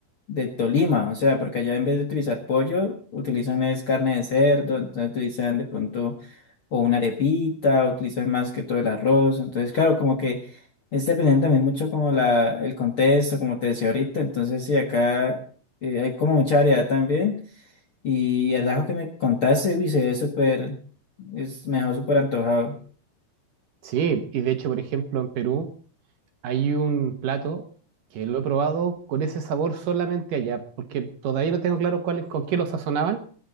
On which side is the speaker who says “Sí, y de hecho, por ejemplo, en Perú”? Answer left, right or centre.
Right